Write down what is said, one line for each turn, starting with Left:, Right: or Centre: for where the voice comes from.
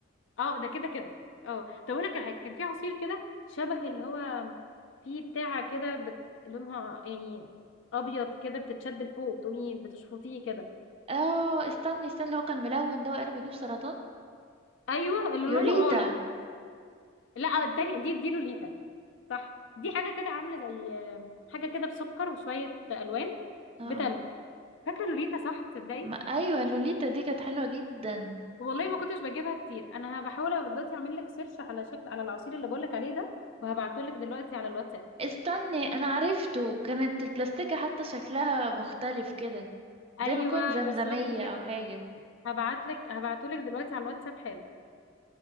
Left: اه ده كده كده اه طب اقول لك على حاجه كان في عصير كده شبه اللي هو في بتاعه كده بت... لونها يعني ابيض كده بتتشد لفوق بتقومي بتشفطيه كده
Right: اه استني استني اللي هو كان ملون ده وقالب يجيب سرطان
Left: ايوه اللي
Right: لوليتا
Left: لونه اورنج لا التاني دي دي لوليتا صح دي حاجه كده عامله زي حاجه كده بسكر وشويه الوان
Right: اه
Left: بتلج فاكره لوليتا صح تصدقي
Right: ما ايوه لوليتا دي كانت حلوة جدا
Left: والله ما كنتش بجيبها كتير انا بحاول دلوقتي اعمل لك سيرش على شكل على العصير اللي بقول لك عليه ده وهبعته لك دلوقتي على الواتساب
Right: استني انا عرفته كانت البلاستيكة حتى شكلها مختلف كده
Left: ايوه
Right: زي ما يكون زمزمية
Left: <laughs> بالظبط كده
Right: او حاجة
Left: هبعت لك هبعته لك دلوقتي على الواتساب حالا